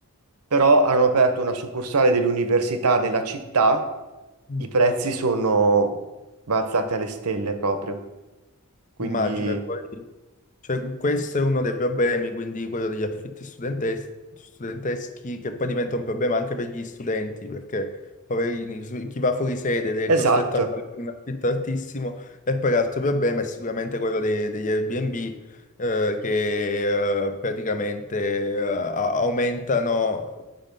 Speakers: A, on the right; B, on the left.
A: però hanno aperto una succursale dell'università nella città,
B: Mm.
A: i prezzi sono balzati alle stelle proprio, quindi
B: immagino. e poi- Cioè, questo è uno dei problemi, quindi quello degli affitti studentes- studenteschi, che poi diventa un problema anche per gli studenti, perché poverini, su- chi va fuori sede ed è
A: esatto.
B: costretto a pagare un affitto altissimo, e poi l'altro problema è sicuramente quello de- degli Airbnb, eh, che eh, praticamente eh, a- aumentano